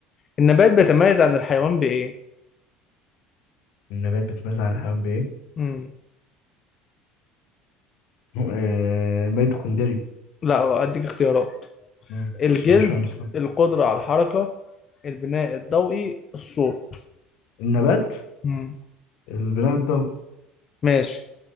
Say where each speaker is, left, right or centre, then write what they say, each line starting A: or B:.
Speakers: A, on the left; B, on the left.
A: النبات بيتميز عن الحيوان بإيه
B: النبات بيتميز عن الحيوان بإيه؟
A: امم
B: م- آه، ميتوكوندري
A: لا أديك اختيارات
B: مم.
A: الجلد
B: بس مش فاهم الصراحة.
A: القدرة على الحركة البناء الضوئي الصوت
B: النبات
A: امم
B: البناء الضوئي
A: ماشي